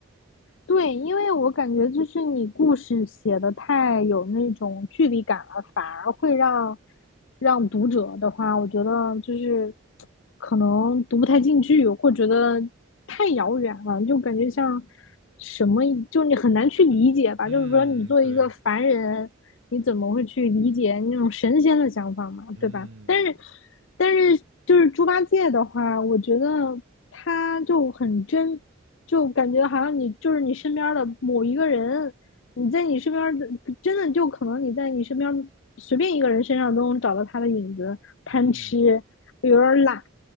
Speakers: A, on the left (about 65°); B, on the right (about 75°).
A: 对，因为我感觉就是你故事写的太有那种距离感了，反而会让让读者的话，我觉得就是可能读不太进去，或觉得太遥远了，就感觉像什么，就你很难去理解吧。
B: 嗯，
A: 就是说，你作为一个凡人，
B: 对，
A: 你怎么会去理解那种神仙的想法嘛，
B: 嗯
A: 对吧？但是，但是就是猪八戒的话，我觉得他就很真，就感觉好像你就是你身边的某一个人，你在你身边的真的就可能你在你身边随便一个人身上都能找到他的影子，
B: 嗯
A: 贪吃，有点懒，